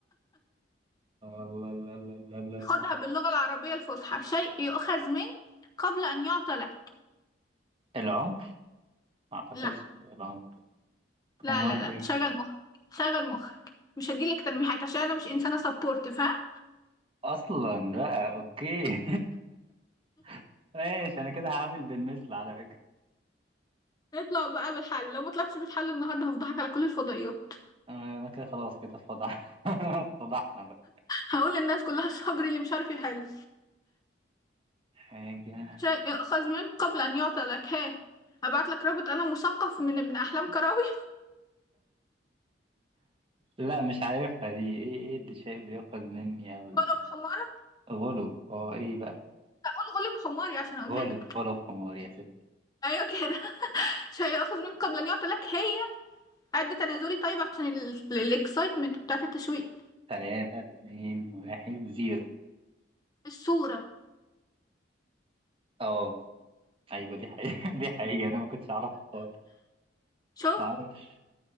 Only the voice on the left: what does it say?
خدها
باللغة العربية الفصحى شيء يؤخذ منك قبل أن يعطى لك
لا
لا
لا لا
شغل مخك شغل مخك مش هديلك تلميحات عشان أنا مش إنسانة سبورت فاهم
اطلع بقى بالحل لو ما طلعتش بالحل النهاردة هفضحك على كل الفضائيات
هقول للناس كلها صبري اللي مش عارف يحل
شيء يؤخذ منك قبل أن يعطى لك ها أبعت لك رابط أنا مثقف من ابن أحلام كراوي
غلب
حمارك
أقول غلب حماري عشان أقولها
لك
أيوة كده <laughs> شيء يؤخذ منك قبل أن يعطى لك هي قد تنازلي طيب عشان الاكسايتمنت بتاعت التشويق
الصورة
شوف